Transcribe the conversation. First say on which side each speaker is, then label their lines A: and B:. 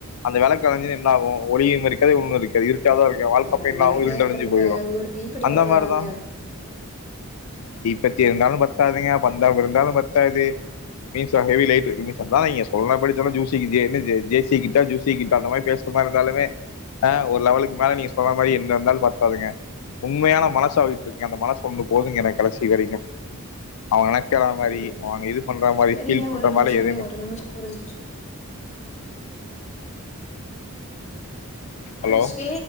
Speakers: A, on the left; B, on the left.
A: அந்த விளக்கு அணஞ்சுதுன்னா என்ன ஆகு ஒளியு இருக்காது ஒன்னு இருக்காது இருட்டாதா ஏ வாழ்க்கப்ப
B: ஏன் அதெல்லாம்
A: என்னாகு இருண்டு
B: கேக்கறதுக்கு
A: அடஞ்சு போயிரு
B: ஒரு தீப்பெட்டி
A: அந்த
B: போதாதாங்க?
A: மாரிதா இப்பத்தி இருந்தாலு பத்தாதுங்க பந்தா இருந்தாலு பத்தாது மீச ஹெவி லைட்டு நீங்க சொல்லாதிங்க சொன்னபடி சொன்னா ஜுசி கிட் ஜசி கிட்டா ஜுசி கிட்டா அந்த மாரி பேச சும்மா இருந்தாலுமே ஆ ஒரு லெவலுக்கு மேல நீங்க சொன்ன மாரி என்ன இருந்தாலு பத்தாதுங்க உண்மையான மனசு அவகிட்ட இருக்கு அந்த மனசு ஒன்னு போதுங்க எனக்கு கடைசி வரைக்கு அவ நெனக்குறா மாரி
B: ஒரு
A: அவ அங்க இது பண்ற மாரி
B: சரிங்க
A: ஃபீல் பண்ற
B: ஒரு நிமிஷங்க
A: மாரி எதுமே
B: ஒரு நிமிஷ ஒரு நிம்ஷோ என்னா
A: ஹலோ
B: ரிஷி